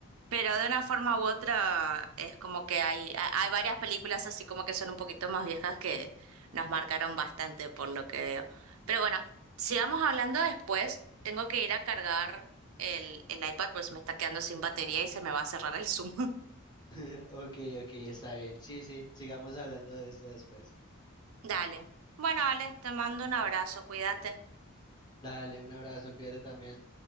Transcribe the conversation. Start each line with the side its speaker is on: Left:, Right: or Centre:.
Right: Pero de una forma u otra es como que hay, ha- hay varias películas así como que son un poquito más viejas que nos marcaron bastante por lo que veo. Pero bueno, sigamos hablando después. Tengo que ir a cargar el, el iPad, pues me está quedando sin batería y se me va a cerrar el Zoom.
Left: <laughs> Ok, ok, está bien. Sí, sí, sigamos hablando de esto después.
Right: <laughs> Dale. Bueno, Ale, te mando un abrazo, cuídate.
Left: Dale, un abrazo, cuídate también.